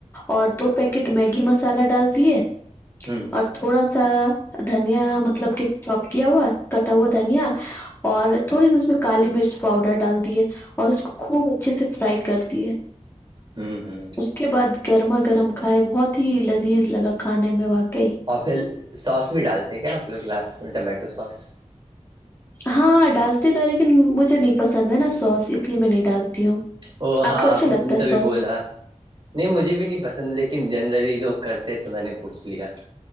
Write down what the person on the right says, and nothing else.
ہوں
ہوں ہوں
اور پھر سوس بھی ڈالتے کیا آپ لوگ لاس میں ٹمیٹو سوس
او
ہاں
نے
تبھی
بولا ہے نہیں مجھے بھی نہیں پسند لیکن جنرلی لوگ کرتے تو میں نے پوچھ لیا